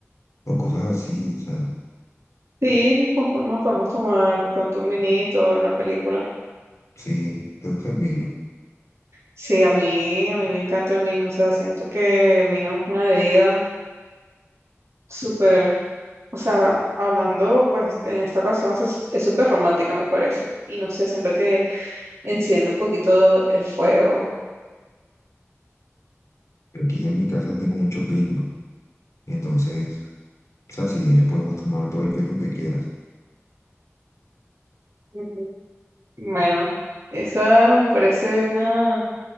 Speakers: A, on the left (about 80°); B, on the right (about 65°).
A: o cosas así, o sea,
B: Sí, nos, po- nos podemos tomar de pronto un vinito, una película.
A: sí, te gusta el vino.
B: Sí, a mí, a mí me encanta el vino, o sea, siento que el vino es una bebida súper, o sea, hablando pues en esta ocasión, o sea, es es súper romántica me parece, y no sé, siento que enciende un poquito el fuego.
A: Aquí en mi casa tengo muchos vinos, entonces, o sea, si vienes podemos tomar todo el vino que quieras.
B: Ujú. Bueno, esa me parece una